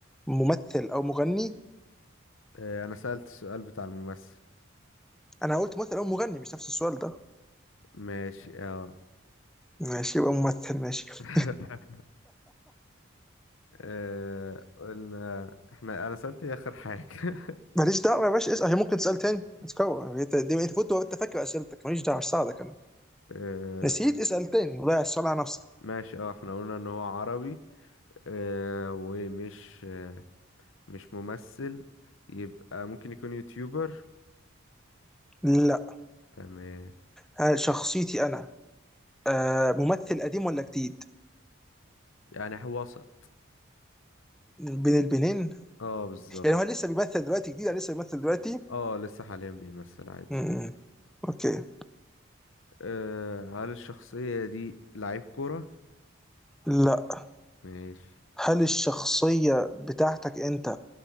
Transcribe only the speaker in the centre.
ممثل او مغني؟
انا قلت ممثل او مغني مش نفس السؤال ده
ماشي يبقى ممثل ماشي <laughs>
ماليش دعوة يا باشا اسأل هي ممكن تسأل تاني اتكور انت دي انت فوت وانت فاكر اسئلتك ماليش دعوة مش ساعدك انا
نسيت اسأل تاني وضيع السؤال على نفسك
لا
هل شخصيتي انا آه ممثل قديم ولا جديد؟
بين البنين
يعني هو لسه بيمثل دلوقتي جديد ولا لسه بيمثل دلوقتي؟
م- م. اوكي
لا
هل الشخصية بتاعتك انت